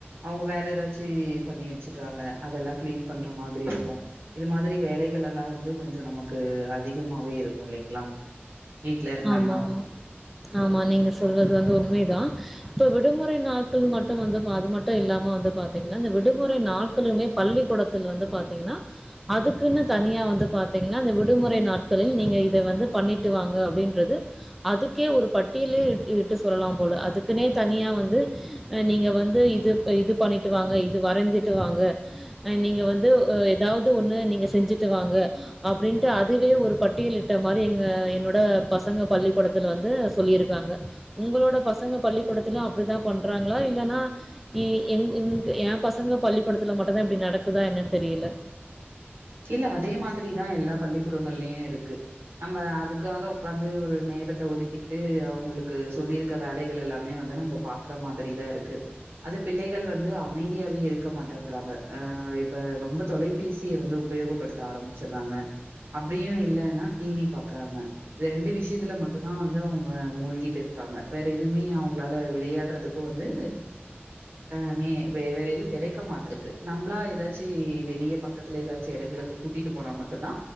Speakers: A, on the right (about 60°); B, in the centre.
A: அவுங்க வேற ஏதாச்சி பண்ணி வச்சிறாங்க அதெல்லா கிளீன் பண்ற மாதிரி இருக்கு இது மாதிரி வேலைகள் எல்லா வந்து கொஞ்சோ நமக்கு அதிகமாவே இருக்கு இல்லைங்களா வீட்ல இருந்தாங்கன்னா.
B: ஆமா ஆமா நீங்க சொல்றது வந்து உண்மைதா இப்ப விடுமுறை நாட்கள் மட்டு வந்து பா அது மட்டு இல்லாம வந்து பாத்தீங்கன்னா இந்த விடுமுறை நாட் களுமே பள்ளிக்கூடத்தல வந்து பாத்தீங்கன்னா அதுக்குன்னு தனியா வந்து பாத்தீங்கன்னா இந்த விடுமுறை நாட்களில் நீங்க இத வந்து பண்ணிட்டு வாங்க அப்டின் றது அதுக்கே ஒரு பட்டியிலே இட் இட்டு சொல்லலா போல அதுக்குனே தனியா வந்து நீங்க வந்து இது அ இது பண்ணிட்டு வாங்க இது வரஞ்சிட்டு வாங்க அ நீங்க வந்து ஆ ஏதாவ்து ஒண்ணு நீங்க செஞ்சிட்டு வாங்க அப்டின்ட்டு அதுவே ஒரு பட்டியலிட்ட மாரி எங்க என்னோட பசங்க பள்ளிக்கூடத்துல வந்து சொல்லியிருக்காங்க உங்களோட பசங்க பள்ளிக்கூடத்துல அப்டித்தா பண்றாங்களா இல்லைன்னா எ எங் இங்க என் பசங்க பள்ளிக்கூடத்துல மட்டுதா இப்டி நடக்குதா என்னன்னு தெரியில
A: இல்ல அதே மாதிரிதா எல்லா பள்ளிக்கூடங்கள்ளியு இருக்கு நம்ம அதுக்காக உக்காந்து ஒரு நேரத்த ஒதுக்கிட்டு அவுங்களுக்கு சொல்லி இருக்க வேலைகள் எல்லாமே வந்து நம்ம பாக்கற மாதிரி தா இருக்கு அது பிள்ளைகள் வந்து அமைதியாவே இருக்க மாட்டேன்றங்க அ இப்ப ரொம்ப தொலை பேசிய வந்து உபயோகப்படுத்த ஆரம்பிச்சிறாங்க அப்டியு இல்லைன்னா டி வி பாக்றாங்க இது ரெண்டு விஷ்யத்துல மட்டுதா வந்து அவுங்க மூழ்கிட்டு இருக்காங்க வேற எதுவுமே அவுங்களால விளையாடுறதுக் கு வந்து ஆ னே வே வேற எதுவு கெடைக்க மாட்டிருக்கு நம்மளா ஏதாச்சி வெளிய ப க்கத்துல ஏதாச்சி எடங்களுக்கு கூட்டிட்டு போனா மட்டுதா